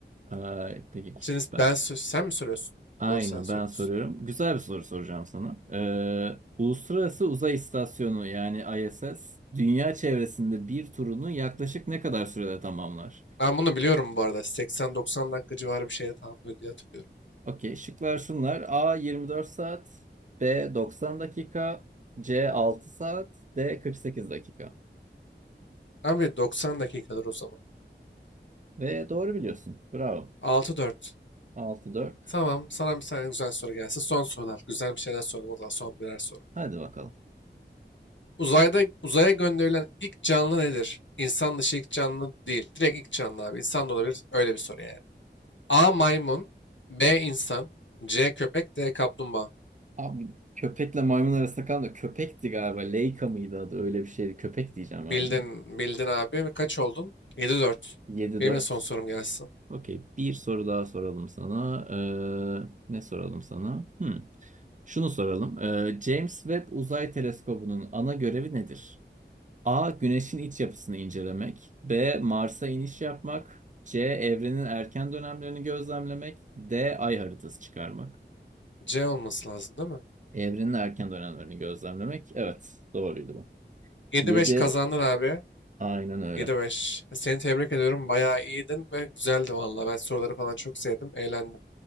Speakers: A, on the right (about 40°); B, on the left (about 80°).
A: Ay, peki.
B: Şimdi
A: Ben,
B: ben sö- sen mi soruyorsun?
A: aynen
B: Doğru sen soruyorsun.
A: ben soruyorum. Güzel bir soru soracağım sana. Ee, Uluslararası Uzay İstasyonu yani ISS dünya çevresinde bir turunu yaklaşık ne kadar sürede tamamlar?
B: Ben bunu biliyorum bu arada. Seksen doksan dakika civarı bir şeyde tamamlıyor diye hatırlıyorum.
A: Okey. Şıklar şunlar. A 24 saat, B 90 dakika, C 6 saat, D 48 dakika.
B: Abi doksan dakikadır o zaman.
A: Ve doğru biliyorsun. Bravo.
B: Altı dört.
A: 6-4.
B: Tamam sana bir tane güzel soru gelsin. Son sorular. Güzel bir şeyler soralım o zaman son birer soru.
A: Hadi bakalım.
B: Uzayda uzaya gönderilen ilk canlı nedir? İnsan dışı ilk canlı değil. Direkt ilk canlı abi. İnsan da olabilir. Öyle bir soru yani. A. Maymun. B. insan. C. Köpek. D. Kaplumbağa.
A: Abi köpekle maymun arasında kalan da köpekti galiba. Leica mıydı adı? Öyle bir şeydi. Köpek diyeceğim ben
B: Bildin.
A: buna.
B: Bildin abi. Ve Kaç oldun? 7-4.
A: 7-4.
B: Benim de son sorum gelsin.
A: Okey. Bir soru daha soralım sana. Ee, ne soralım sana? Hmm. Şunu soralım. Ee, James Webb Uzay Teleskobu'nun ana görevi nedir? A. Güneşin iç yapısını incelemek. B. Mars'a iniş yapmak. C. Evrenin erken dönemlerini gözlemlemek. D. Ay haritası çıkarmak.
B: C olması lazım değil mi?
A: Evrenin erken dönemlerini gözlemlemek. Evet, doğruydu bu.
B: 7-5
A: 7
B: kazandın abi.
A: Aynen öyle.
B: 7-5. Seni tebrik ediyorum. Bayağı iyiydin ve güzeldi vallahi. Ben soruları falan çok sevdim. Eğlendim.